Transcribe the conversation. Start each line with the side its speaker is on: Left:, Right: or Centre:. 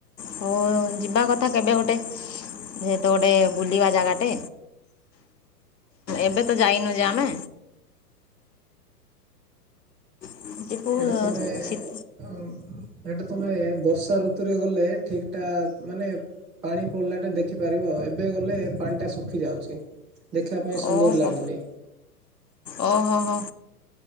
Left: ହଉ ଯିବା କଥା କେବେ ଗୋଟେ। ଯେହେତୁ ଗୋଟେ ବୁଲିବା ଜାଗାଟେ ଏବେ ତ ଯାଇନୁ ଯେ ଆମେ <unintelligible>
Centre: ସେଇଟା ତୁମେ
Left: ଶୀତ
Centre: ଆଉ ଏଇଟା ତମେ ବର୍ଷା ଋତୁରେ ଗଲେ ଠିକ୍ ଟା ମାନେ ପାଣି ପଡ଼ିଲାଟା ଦେଖିପାରିବ ଏବେ ଗଲେ ପାଣିଟା ଶୁଖି ଯାଉଛି। ଦେଖିବା ପାଇଁ ସୁନ୍ଦର
Left: ଓହୋ
Centre: ଲାଗୁନି
Left: ଓ ହୋ ହୋ।